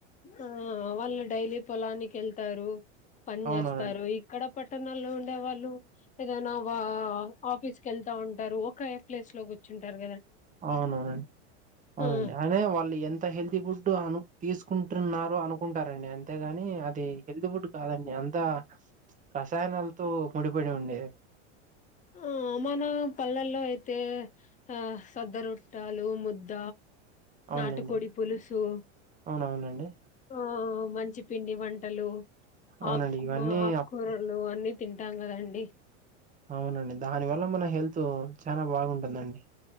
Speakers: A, on the left; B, on the right.
A: ఆ వాళ్ళు డైలీ పొలానికి ఎళ్తారు పని
B: అవునవునండి
A: జేస్తారు ఇక్కడ ప పట్టణాల్లో ఉండే వాళ్ళు ఏదైనా వ ఆఫీస్ కేళ్తా ఉంటారు ఒకే ప్లేస్ లో గుచ్చుంటారు
B: అవునవునండి అవునండి
A: ఆ
B: అయినే వాళ్ళు ఎంత హెల్తీ ఫుడ్ అను తీసుకుం టున్నారు అనుకుంటారండి అంతేగాని కానీ అది హెల్తీ ఫుడ్ కాదండి అంతా రసాయనాలతో ముడిపడి ఉండేది
A: ఆ మన పల్లెల్లో అయితే ఆ సద్ద రొట్టలు ముద్ద
B: అవునులేండి
A: నాటుకోడి పులుసు
B: అవునవునండి
A: ఆ ఒ మంచి పండి వంటలు
B: అవునండి
A: అక్
B: ఇవన్నీ
A: ఆకురలు
B: అప్
A: అన్ని తింటాం గదండి
B: అవునండి దాని వల్ల మన హెల్త్ చాలా బాగుంటుందండి